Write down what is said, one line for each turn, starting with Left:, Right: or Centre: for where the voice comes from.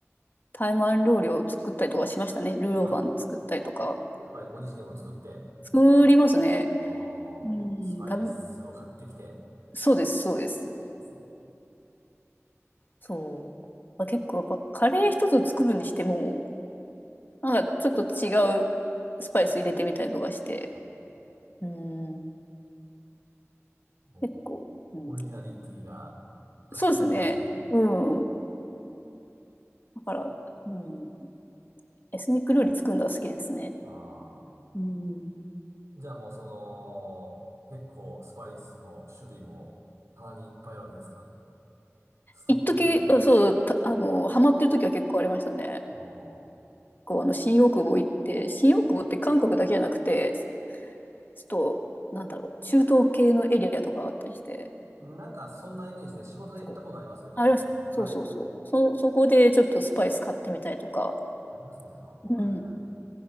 Left: 台湾料理を作ったりとかしましたね。ルーローファン作ったりとか。
Right: あ、やっぱりご自身でも作って、
Left: 作りますね。
Right: おー、
Left: うん、
Right: スパイスを買ってきて、
Left: 食べ、そうです、そうです。
Right: ですね。
Left: そう。まあ、結構やっぱカレー一つ作るにしても、なんかちょっと違うスパイス入れてみたりとかして。
Right: はい。
Left: うん、
Right: もう
Left: 結構、うん、
Right: オリジナリティが発揮できますね。
Left: そうですね。うん。だから、
Right: そっか。
Left: うん。エスニック料理作るのが好きですね。
Right: ああ。
Left: うん。
Right: じゃあもうその、結構スパイスの種類も棚にいっぱいあるわけですか。ストックじゃないけど。
Left: 一時、あそう、たあの、ハマってる時は結構ありましたね。
Right: ああ。
Left: こう、あの、新大久保行って、新大久保って韓国だけじゃなくて、ちょっと、なんだろう、中東系のエリアとかあったりして、
Right: なんかそんなイメージですね。仕事で行ったことありますけど、
Left: そう、あれですか、そうそうそう、
Right: はい。
Left: そ、そこでちょっとスパイス買ってみたりとか、
Right: ありますね、あの、
Left: うん、
Right: はいはい。